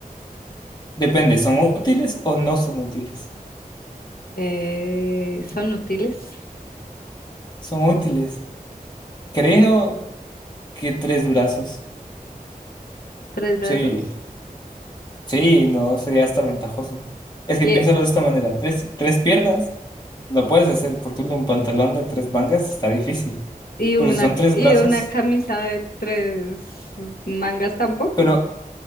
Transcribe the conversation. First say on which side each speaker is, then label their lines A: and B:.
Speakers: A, on the left; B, on the left.
A: Depende, ¿son útiles o no son útiles?
B: Eh, ¿son útiles?
A: Son útiles. Creo que tres durazos.
B: ¿Tres brazos?
A: Sí. Sí, no, sería hasta ventajoso. Es
B: Yeah.
A: que piénsalo de esta manera, tres, tres piernas lo puedes hacer porque un pantalón de tres mangas está difícil,
B: Y una,
A: pero si son tres
B: y
A: brazos,
B: una camisa de tres mangas tampoco.
A: pero